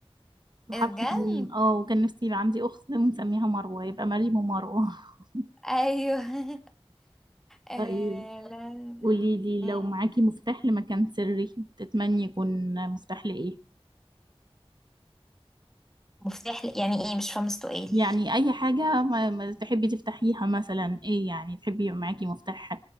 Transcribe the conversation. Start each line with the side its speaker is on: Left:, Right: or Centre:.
Right: بحرف
Centre: ايه ده
Right: الميم
Centre: بجد
Right: اه وكان نفسي يبقى عندي اخت ونسميها مروة يبقى مريم ومروة <laughs>
Centre: ايوه <laughs> آه
Right: طيب
Centre: لا
Right: قولي لي
Centre: مم.
Right: لو معاكي مفتاح لمكان سري تتمني يكون مفتاح لايه
Centre: مفتاح ل- يعني ايه مش فاهمة السؤال
Right: يعني اي حاجة ما ما تحبي تفتحيها مثلا ايه يعني تحبي يبقى معاكي مفتاح